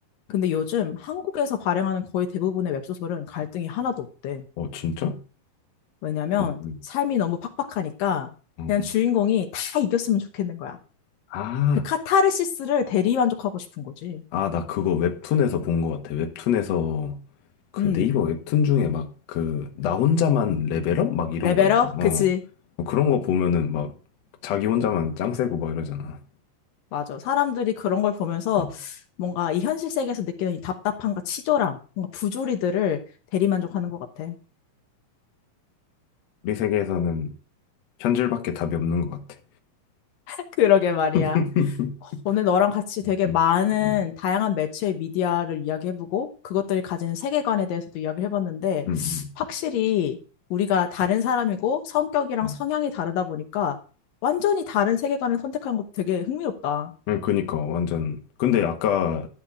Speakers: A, on the left; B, on the left.
A: 근데 요즘 한국에서 발행하는 거의 대부분의 웹소설은 갈등이 하나도 없대.
B: 어, 진짜?
A: 왜냐면
B: 그, 음.
A: 삶이 너무 팍팍하니까
B: 어.
A: 그냥 주인공이 다 이겼으면 좋겠는 거야.
B: 아,
A: 그 카타르시스를 대리만족하고 싶은 거지.
B: 아, 나 그거 웹툰에서 본 것 같아. 웹툰에서 그
A: 음,
B: 네이버 웹툰 중에 막 그 나 혼자만 레벨업 막 이런
A: 레벨업?
B: 거 있거든. 어.
A: 그치.
B: 뭐 그런 거 보면은 막 자기 혼자만 짱 세고 막 이러잖아.
A: 맞아. 사람들이 그런 걸 보면서
B: 음.
A: 뭔가 이 현실 세계에서 느끼는 이 답답함과 치졸함, 뭔가 부조리들을 대리만족하는 것 같아.
B: 우리 세계에서는 현질밖에 답이 없는 것 같아.
A: <laughs> 그러게 말이야.
B: <laughs>
A: 오늘 너랑 같이
B: 음,
A: 되게
B: 음,
A: 많은
B: 음,
A: 다양한 매체의 미디어를 이야기해보고 그것들이 가지는 세계관에 대해서도 이야기를 해봤는데
B: 음,
A: 확실히 우리가 다른 사람이고 성격이랑
B: 음.
A: 성향이 다르다 보니까 완전히 다른 세계관을 선택한 것도 되게 흥미롭다.
B: 음, 그니까 완전 근데 아까